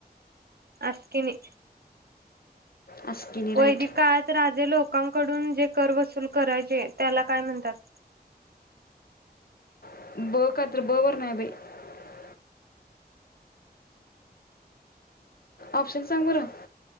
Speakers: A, on the right; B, on the left.
A: आ स्किनी
B: अस्किनी राईट
A: वैद कायत राजे लोक.. लोकांकडून जे कर वसूल करायचे त्याला काय म्हणतात?
B: <unintelligible> ऑप्शन सांग बरं?